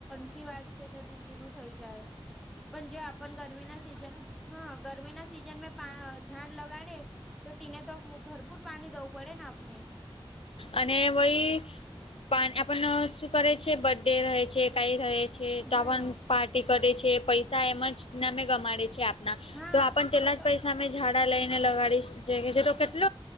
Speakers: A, in the centre; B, on the left.
A: વાત છે, તો તીન દિન થઈ જાય પણ જે આપણ ગરમી ના સીઝન હા ગરમી ના સિઝન મે ઝાડ લગાડે તો તેને તો ભરપૂર પાણી દવું પડે ને આપણે
B: અને વય પા આપણ <unintelligible> કરે છે, બર્થ ડે રહે છે, કઈ રહે છે, તો
A: હા
B: પણ પાર્ટી કરે છે, પૈસા એમ જ નામે ગમાડે છે, આપના
A: હા
B: તો આપણ પેલા
A: તો
B: જ
A: તમે
B: પૈસા મેમે ઝાડા લઈને લગાડી છે, તો કેટલ